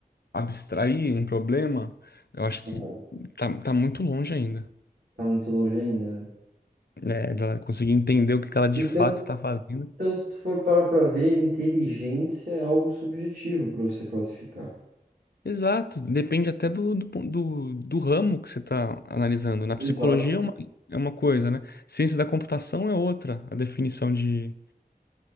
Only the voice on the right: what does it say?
Não.
Tá muito longe ainda, né?
Então,
então, se tu for parar pra ver, inteligência é algo subjetivo para você classificar.
Exato,